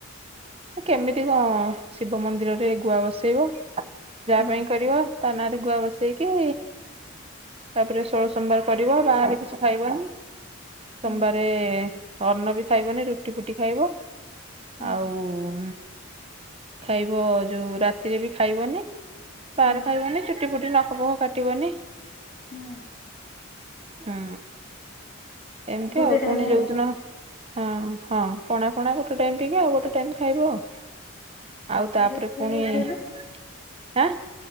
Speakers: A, on the right; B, on the left.
A: କେମିତି କଣ ଶିବ ମନ୍ଦିରରେ ଗୁଆ ବସେଇବ ଯାହା
B: ହୁଁ
A: ପାଇଁ କରିବ? ତାନାଁରେ ରେ ଗୁଆ ବସେଇକି ତାପରେ ଷୋଳ ସୋମବାର କରିବ ବାହରେ କିଛି ଖାଇବନି। ସୋମବାରେ
B: ହୁଁ
A: ଅନ୍ଣ ବି ଖାଇବନି ରୁଟି ଫୁଟି ଖାଇବ
B: ହୁଁ
A: ଆଉ ହୁଁ ଖାଇବ ଯୋଉ ରାତିରେ ବି ଖାଇବନି ବାହାରେ
B: ହୁଁ
A: ଖାଇବନି ଚୁ ଚୁଟି ଫୁଟି ନଖପଖ କାଟିବନି।
B: ହଁ।
A: ହୁଁ ଏମିତି
B: ଗୋଟେ
A: ଆଉ
B: ଟାଇମ
A: ପୁଣି
B: ଖାଇବି।
A: ଯୋଉଦିନ ହଁ ହଁ ପଣା ପଣା ଗୋଟେ ଟାଇମ ଟିକେ ଆଉ ଗୋଟେ ଟାଇମ ଖାଇବ ଆଉ
B: ହଁ
A: ଆଉ ତାପରେ
B: ପିରିୟଡସ୍ ଫିରିୟଡସ୍
A: ପୁଣି ଆଁ